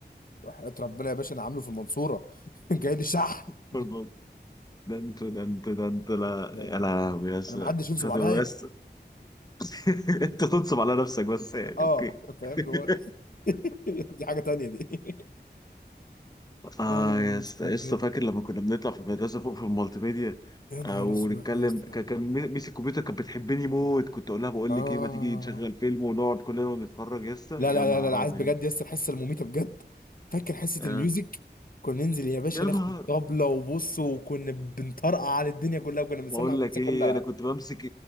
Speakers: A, on the left (about 50°); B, on the left (about 20°).
A: وحياة ربنا يا باشا انا عامله في المنصوره <laughs> جاي لي شحن
B: فالمهم،
A: <laughs>
B: ده انت ده انت ده انت لا
A: ده
B: يا لهوي يا اسطى.
A: انا محدش ينصب
B: انت
A: عليا
B: بس
A: <laughs>
B: <laughs> انت تنصب على نفسك بس يعني
A: اه
B: اوكي
A: فاهم
B: <laughs>
A: اللي هو <laughs> دي حاجه تانية دي <laughs>
B: اه
A: اه يا
B: يا اسطى
A: اسطى
B: يا
A: بجد
B: اسطى فاكر لما كنا بنطلع في المدرسه فوق في المالتي ميديا
A: يا نهار
B: آه ونتكلم
A: اسود يا اسطى
B: كان كان مي- ميس الكمبيوتر كانت بتحبني موت كنت اقول لها بقول
A: اه
B: لك ايه ما تيجي نشغل فيلم ونقعد كلنا ونتفرج يا اسطى
A: لا
B: يا
A: لا
B: نهار
A: لا لا لا، عايز
B: ابيض
A: بجد يس الحصه المميته بجد فاكر حصه
B: آه
A: الميوزك كنا ننزل يا باشا
B: يا نهار
A: ناخد طبلة وبص وكنا بنطرقع على الدنيا كلها كنا بنسمع
B: بقول
A: الدنيا
B: لك ايه
A: كلها
B: انا كنت بمسك